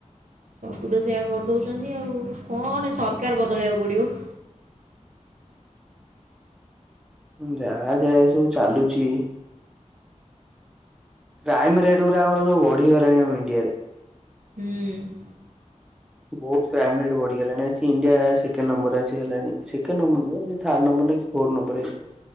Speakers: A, on the right; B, in the centre.
A: ସବୁ ତ ସେଇୟା କରିଦଉଛନ୍ତି ଆଉ କଣ ସରକାର ବଦଳେଇବାକୁ ପଡିବ।
B: ଯାହା ଯାଏ ଏ ସବୁ ଚାଲୁଛି। କ୍ରାଇମ ରେଟ୍ ଗୁରା ଆମର ସବୁ ବଢିଗଲାଣି ଆମ ଇଣ୍ଡିଆରେ।
A: ହୁଁ। ହୁଁ।
B: ବହୁତ କ୍ରାଇମ ରେଟ ବଢିଗଲାଣି ଆଜି ଇଣ୍ଡିଆ ସେକେଣ୍ଡ ନମ୍ବରରେ ଆ ହେଲାଣି ସେକେଣ୍ଡ ନମ୍ବର ଥାଡ ନମ୍ବର। Four number <unintelligible>